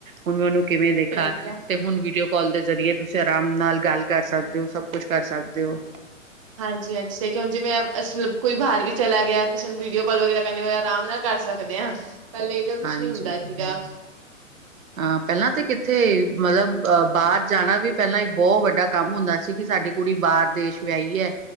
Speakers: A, on the right (about 80°); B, on the right (about 25°).
A: ਹੁਣ ਮੈਂ ਉਨੂੰ ਕਿਵੇਂ ਦੇਖਾ
B: ਠੀਕ ਹੈ।
A: ਤੇ ਹੁਣ ਵੀਡੀਓ ਕੋਲ ਦੇ ਜਰੀਏ ਤੁਸੀਂ ਰਾਮ ਨਾਲ ਗੱਲ ਕਰ ਸਕਦੇ ਹੋ, ਸਭ ਕੁਛ ਕਰ ਸਕਦੇ ਹੋ।
B: ਹਾਂਜੀ-ਹਾਂਜੀ <unintelligible> ਹੁਣ ਜਿਵੇਂ ਅਸੀ ਕੋਈ ਬਾਹਰ ਵੀ ਚਲਾ ਗਿਆ, ਕਿਸੇ ਨੂੰ ਵੀਡੀਓ ਕਾਲ ਵਗੈਰਾ ਕਰਨੇ ਹੋਏਆ ਆਰਾਮ ਨਾਲ ਕਰ ਸਕਦੇ ਹਾਂ ਪਹਿਲੇ ਇਹਦਾ ਕੁਛ
A: ਹਾਂਜੀ।
B: ਨੀ ਹੁੰਦਾ ਸੀਗਾ।
A: ਹਾਂ ਪਹਿਲਾਂ ਤਾਂ ਕਿੱਥੇ ਮਤਲਬ ਬਾਹਰ ਜਾਣਾ ਵੀ ਪਹਿਲਾਂ ਇਕ ਬਹੁਤ ਵੱਡਾ ਕੰਮ ਹੁੰਦਾ ਸੀ ਕਿ ਸਾਡੀ ਕੁੜੀ ਬਾਹਰ ਦੇਸ਼ ਵਿਆਹੀ ਹੈ